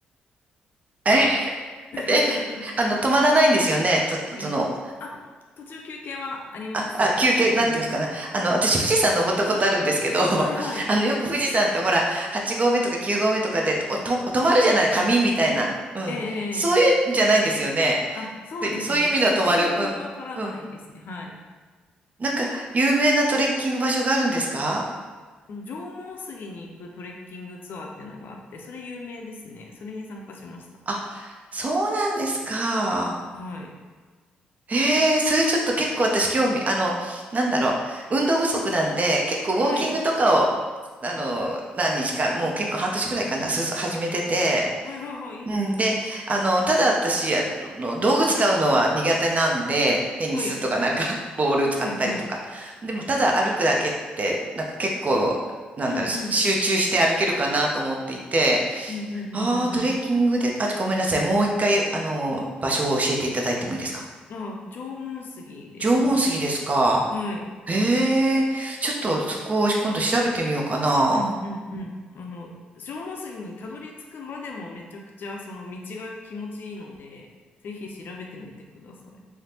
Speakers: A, on the right; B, on the left.
A: え、
B: <laughs>
A: え、<laughs> あの、止まらないんですよね。と、とその、
B: いや、あ、途中休憩はありますけど。
A: あ、あ、休憩、なんていうのかな。あの、私、富士山登ったことあるんですけど、<laughs>
B: はいはい。
A: あの、よく富士山ってほら、8合目とか9合目とかで、おと、止まるじゃない、紙みたいな。
B: ええ、
A: うん。
B: ええ、
A: そういうんじゃないんですよね。
B: ええあ、そうですね。
A: という、そういう意味では止まる。
B: そういう睡眠は取らないですね。
A: うん。うん。
B: はい。
A: なんか、有名なトレッキング場所があるんですか
B: 縄文杉に行くトレッキングツアーっていうのがあって、それ有名ですね。それに参加しました。
A: あ、そうなんですか。
B: はい。
A: ええ、それちょっと結構私興味、あの、なんだろう。運動不足なんで、結構ウォーキングとかを、
B: はい。
A: あの、何日か、もう結構半年くらいかな、す、始めてて、
B: はいはいはい。いいですね。
A: うん、で、あの、ただ私、あの、道具使うのは苦手なんで、テニスとかなんか、
B: はい。
A: <laughs> ボール使ったりとか。
B: はいはい。
A: でも、ただ歩くだけって、なんか結構、なんだろう、
B: うんうん。
A: し集中して歩けるかなと思っていて、
B: うんうんうんうん
A: ああ、トレッキングで、あ、ごめんなさい。もう一回、あの、場所を教えていただいてもいいですか
B: あ、縄文杉ですね。
A: 縄文杉ですか。
B: はい。
A: へえ、ちょっとそこを今度調べてみようかな。
B: うんうんうん。あの、縄文杉にたどり着くまでもめちゃくちゃその道が気持ちいいので、ぜひ調べてみてください。